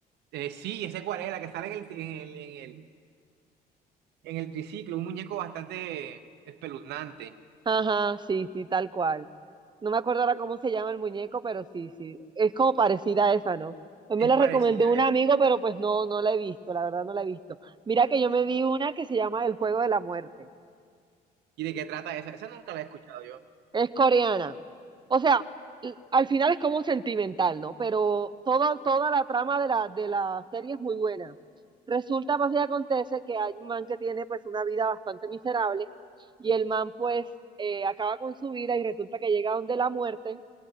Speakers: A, on the right; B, on the right.
A: Eh, sí, ese cuál es, la que sale en el, en el, en el, en el triciclo. Un muñeco bastante espeluznante.
B: Ajá, sí, sí, tal cual. No me acuerdo ahora cómo se llama el muñeco, pero sí, sí. Es como parecida a esa, ¿no? Pues me
A: Es
B: la
A: parecida,
B: recomendó un
A: ¿eh?
B: amigo, pero pues no, no la he visto, la verdad no la he visto. Mira que yo me vi una que se llama El Juego de la Muerte.
A: ¿Y de qué trata esa? Esa nunca la he escuchado yo.
B: Es coreana. O sea, l- al final es como sentimental, ¿no? Pero toda, toda la trama de la, de la serie es muy buena. Resulta, pues, y acontece que hay un man que tiene, pues, una vida bastante miserable y el man, pues, eh, acaba con su vida y resulta que llega donde la muerte